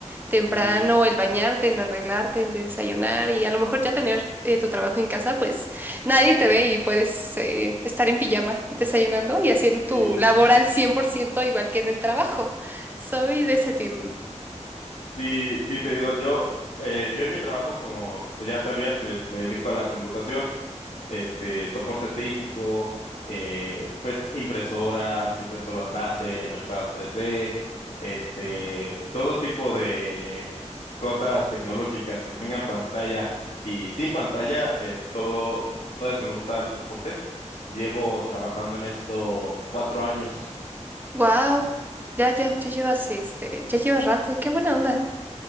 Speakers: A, on the right (about 15°); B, on the left (about 65°).
A: temprano,
B: Sí,
A: el bañarte, en arreglarte, en desayunar y a lo mejor ya tener eh, tu trabajo en casa, pues nadie te ve y puedes eh, estar en pijama desayunando y haciendo tu
B: sí.
A: labor al 100% igual que en el trabajo. Soy de ese team.
B: Sí, sí, te digo, yo, eh, yo en mi trabajo, como pues ya sabías, me, me dedico a la computación, este, soporte técnico, eh, pues impresoras, impresoras láser, impresoras 3D, este, todo tipo de cosas tecnológicas que tengan pantalla y sin pantalla, es todo, todo eso me gusta darle soporte. Llevo trabajando en esto cuatro años.
A: Wow, ya, ya, ya llevas este, ya llevas rato. Qué buena onda.